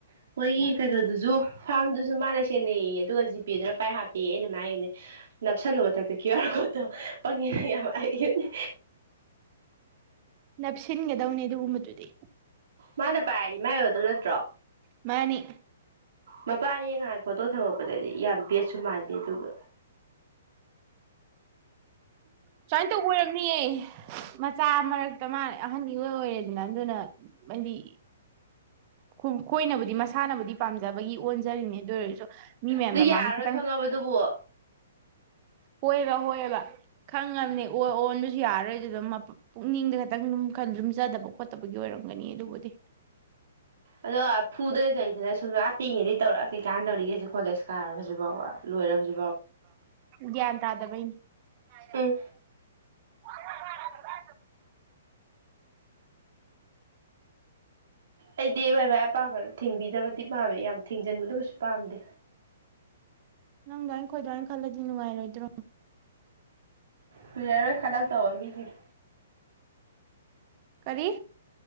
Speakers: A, on the right; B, on the right.
A: ꯃꯣꯏ ꯃꯣꯏꯒꯤ ꯀꯩꯅꯣꯗꯨꯁꯨ ꯐꯥꯔꯝꯗꯨꯁꯨ ꯃꯥꯅ ꯁꯦꯟꯅꯩꯌꯦ ꯑꯗꯨꯒ ꯖꯤꯄꯦꯗꯨꯅ ꯄꯥꯏ ꯍꯥꯞꯄꯦꯌꯦ ꯑꯩꯅ ꯃꯥꯏ ꯍꯥꯏꯒꯤꯕꯅꯤ ꯅꯞꯁꯜꯂꯨ ꯃꯊꯛꯇ ꯀ꯭ꯌꯨ ꯑꯥꯔ ꯀꯣꯠꯇꯣ ꯄꯪꯉꯦ ꯅꯪ ꯌꯥꯝ ꯍꯥꯏꯒꯤꯕꯅꯤ
B: ꯅꯞꯁꯤꯟꯒꯗꯧꯅꯦ ꯑꯗꯨꯒꯨꯝꯕꯗꯨꯗꯤ
A: ꯃꯥꯅ ꯄꯥꯏꯔꯗꯤ ꯃꯥꯏ ꯑꯣꯏꯒꯗꯕ ꯅꯠꯇ꯭ꯔꯣ
B: ꯃꯥꯅꯤ
A: ꯃꯄꯥꯅꯦꯌꯦ ꯉꯍꯥꯟ ꯐꯣꯇꯣ ꯊꯝꯃꯛꯄꯗꯗꯤ ꯌꯥꯝ ꯕꯦꯠꯁꯨ ꯃꯥꯟꯗꯦ ꯑꯗꯨꯒ
B: ꯁꯨꯃꯥꯏ ꯇꯧꯕ ꯑꯣꯏꯔꯝꯅꯤꯌꯦ ꯃꯆꯥ ꯃꯔꯛꯇ ꯃꯥꯅ ꯑꯍꯟ ꯏꯑꯣꯏ ꯑꯣꯏꯔꯦꯗꯅ ꯑꯗꯨꯅ ꯍꯥꯏꯗꯤ ꯈꯨꯡ ꯈꯣꯏꯅꯕꯨꯗꯤ ꯃꯁꯥꯅꯕꯨꯗꯤ ꯄꯥꯝꯖꯕꯒꯤ ꯑꯣꯟꯖꯔꯤꯅꯦ ꯑꯗꯨ ꯑꯣꯏꯔꯁꯨ ꯃꯤ ꯃꯌꯥꯝ
A: ꯑꯗꯨ
B: ꯃꯃꯥꯡꯗ
A: ꯌꯥꯔꯔꯣꯏ
B: ꯈꯤꯇꯪ
A: ꯈꯪꯉꯕꯗꯨꯕꯨ
B: ꯍꯣꯏꯕ ꯍꯣꯏꯑꯕ ꯈꯪꯉꯕꯅꯤ ꯑꯣ ꯑꯣꯟꯗꯨꯁꯨ ꯌꯥꯔꯣꯏꯗꯨꯗ ꯃꯄ ꯄꯨꯛꯅꯤꯡꯗ ꯈꯇꯪ ꯂꯨꯝ ꯈꯔ ꯂꯨꯝꯖꯗꯕ ꯈꯣꯠꯇꯕꯒꯤ ꯑꯣꯏꯔꯝꯒꯅꯤ ꯑꯗꯨꯕꯨꯗꯤ
A: ꯑꯗꯣ ꯑꯥ ꯐꯨꯗꯅ ꯆꯩꯗꯅ ꯁꯨꯝ ꯑꯥ ꯄꯤꯛꯏꯉꯩꯗꯩ ꯇꯧꯔꯛꯑ ꯀꯩ ꯀꯥꯟꯅꯗꯣꯔꯤꯒꯦ ꯍꯧꯖꯤꯛ ꯀꯣꯂꯦꯖ ꯀꯥꯔꯕꯖꯤ ꯐꯥꯎꯕ ꯂꯣꯏꯔꯕꯖꯤ
B: ꯒ꯭ꯌꯥꯟ ꯇꯥꯗꯕꯩꯅꯤ ꯂꯧꯁꯤꯟꯕ
A: ꯎꯝ
B: ꯉꯝꯗꯕ
A: ꯑꯩꯗꯤ ꯃꯥꯏ ꯃꯥꯏ ꯑꯄꯥꯝꯕꯗ ꯊꯤꯡꯕꯤꯗꯕꯗꯤ ꯄꯥꯝꯃꯦ ꯌꯥꯝ ꯊꯤꯡꯖꯤꯟꯕꯗ ꯀꯩꯁꯨ ꯄꯥꯝꯗꯦ
B: ꯅꯪꯗꯣꯏ ꯑꯩꯩꯈꯣꯏꯗꯣꯏ ꯈꯜꯂꯗꯤ ꯅꯨꯡꯉꯥꯏꯔꯣꯏꯗ꯭ꯔꯣ
A: ꯀꯨꯏꯔꯔꯣꯏ ꯈꯜꯂꯛꯇꯧꯕ ꯃꯤꯖꯤꯡ
B: ꯀꯔꯤ